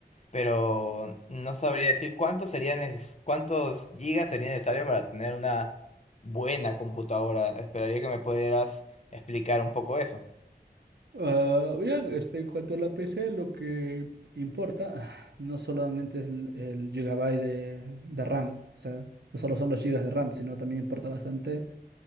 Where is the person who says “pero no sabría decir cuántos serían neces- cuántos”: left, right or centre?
Left